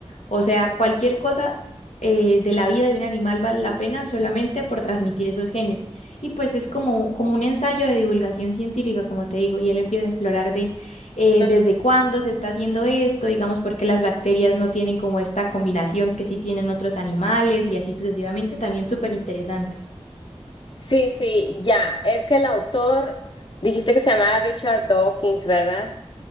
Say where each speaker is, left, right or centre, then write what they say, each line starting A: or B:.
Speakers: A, on the left; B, on the left.
A: O sea, cualquier cosa eh, de la vida de un animal vale la pena solamente por transmitir esos genes. Y pues es como, como un ensayo de divulgación científica, como te digo, y él empieza a explorar de eh,
B: Mm,
A: desde cuándo se está haciendo esto, digamos, porque las bacterias no tienen como esta combinación que sí tienen otros animales y así sucesivamente, también súper interesante.
B: Sí, sí, ya. Es que el autor, dijiste que se llamaba Richard Dawkins, ¿verdad?